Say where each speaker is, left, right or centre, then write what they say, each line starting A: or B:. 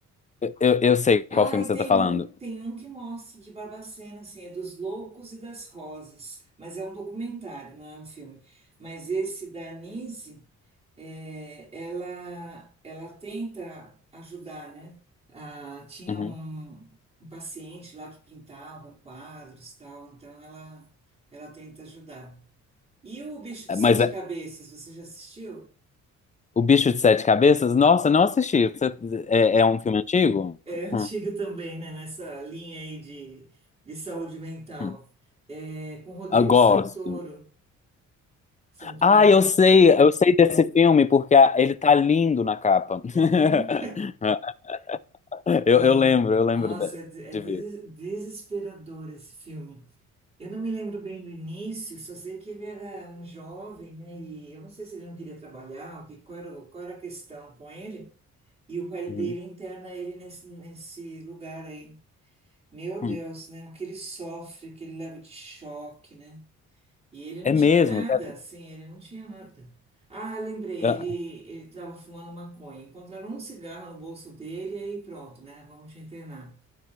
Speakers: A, on the left; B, on the right.
A: Eu, eu eu sei qual
B: Ah,
A: filme
B: e
A: você
B: tem
A: tá falando.
B: um, tem um que mostra de Barbacena, assim, é dos Loucos e das Rosas, mas é um documentário, não é um filme. Mas esse da Nise, é, ela, ela tenta ajudar, né? Ah, tinha
A: Uhum.
B: um, um paciente lá que pintava quadros, e tal, então ela, ela tenta ajudar. E o Bicho de
A: É,
B: Sete
A: Mas é,
B: Cabeças, você já assistiu?
A: O Bicho de Sete Cabeças, nossa, não assisti. Você- é, é um filme antigo?
B: É antigo
A: Hum,
B: também, né? Nessa linha aí de, de saúde mental.
A: hum.
B: É, com Rodrigo
A: Eu gosto.
B: Santoro, Santoro,
A: Ah, eu
B: né?
A: sei, eu sei desse filme porque a- ele tá lindo na capa. <laughs>
B: Uhum. E,
A: Eu, eu lembro, eu lembro
B: nossa,
A: de,
B: é, de- é
A: de
B: des-
A: ver.
B: desesperador esse filme. Eu não me lembro bem do início, só sei que ele era um jovem, né? E eu não sei se ele não queria trabalhar, o que, qual era, o- qual era a questão com ele. E o pai
A: Uhum.
B: dele interna ele nesse, nesse lugar aí. Meu
A: Hum.
B: Deus, né? O que ele sofre, o que ele leva de choque, né? E ele não
A: É
B: tinha
A: mesmo,
B: nada,
A: cara.
B: assim, ele não tinha nada. Ah, lembrei,
A: Ah,
B: ele ele estava fumando maconha. Encontraram um cigarro no bolso dele e pronto, né? Vamos te internar.